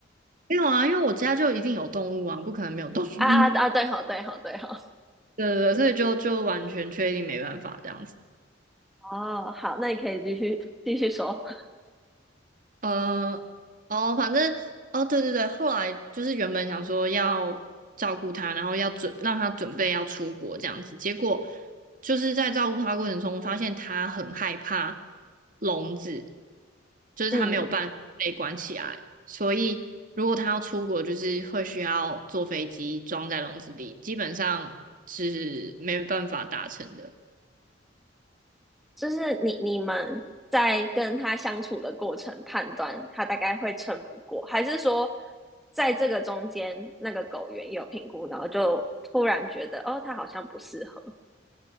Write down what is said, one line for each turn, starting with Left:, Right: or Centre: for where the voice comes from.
Right: 没有啊，因为我家就一定有动物啊，不可能没有动物，<laughs>
Centre: 啊啊啊！对好，对好，对好。
Right: 对对对，所以就就完全确定没办法这样子。
Centre: 哦，好，那你可以继续继续说。
Right: 呃，哦，反正，哦，对对对，后来就是原本想说要照顾他，然后要准让他准备要出国这样子，结果就是在照顾他过程中，发现他很害怕笼子，就是他没有办法被关起来，
Centre: 嗯，
Right: 所以如果他要出国，就是会需要坐飞机装在笼子里，基本上是没办法达成的。
Centre: 就是你你们在跟他相处的过程判断他大概会撑不过，还是说在这个中间那个狗员有评估，然后就突然觉得哦，他好像不适合